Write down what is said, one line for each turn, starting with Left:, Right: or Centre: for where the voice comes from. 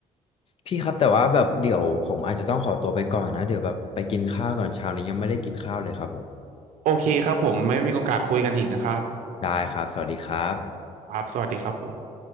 Left: พี่ครับแต่ว่าแบบเดี๋ยวผมอาจจะต้องขอตัวไปก่อนนะเดี๋ยวแบบไปกินข้าวก่อนเช้านี้ยังไม่ได้กินข้าวเลยครับผม
Right: โอเคครับผมไม่มีโอกาสคุยกันอีกนะครับ
Left: ได้ครับ สวัสดีครับ
Right: ครับสวัสดีครับผม